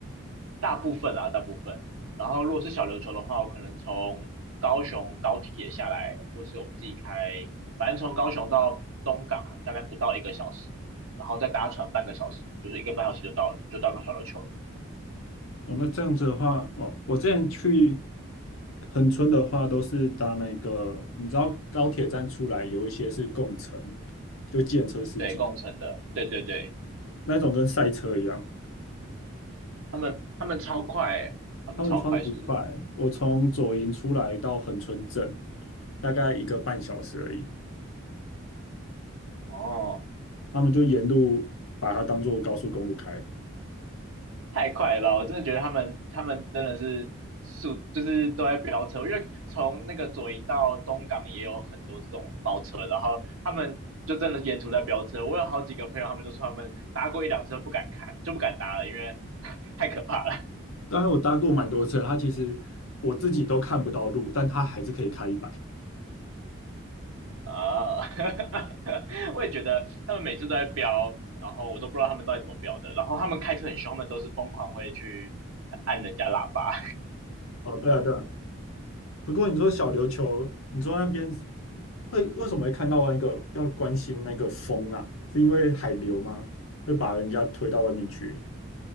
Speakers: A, on the right; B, on the left.
A: 大部分啊，大部分。然后如果是小琉球的话，我可能从高雄高铁下来，或是我们自己开，反正从高雄到东港大概不到一个小时，然后再搭船半个小时，就是一个半小时就到就到小琉球了。
B: 哦，那这样子的话，哦，我之前去横村的话，都是搭那个，你知道高铁站出来有一些是共乘，就计程车司机
A: 对，共乘的，对对对，
B: 那种，跟赛车一样。
A: 他们他们超快欸他们超快速的。
B: 他们超级快，我从左营出来到横村镇，大概一个半小时而已。
A: 哦。
B: 他们就沿路把它当做高速公路开。
A: 太快了吧！我真的觉得他们他们真的是速，就是都在飙车。因为从那个左营到东港也有很多这种包车，然后他们就真的沿途在飙车。我有好几个朋友，他们都说他们搭过一辆车不敢开，就不敢搭了，因为 <laughs> 太可怕了
B: 当然，我搭过蛮多次，它其实我自己都看不到路，但它还是可以开一百。
A: 啊！<laughs> 我也觉得他们每次都在飙，然后我都不知道他们到底怎么飙的。然后他们开车很凶，他们都是疯狂会去按人家喇叭。
B: 哦，对啊，对啊。不过你说小琉球，你说那边会为什么会看到那个要关心那个风啊？是因为海流吗？会把人家推到外面去？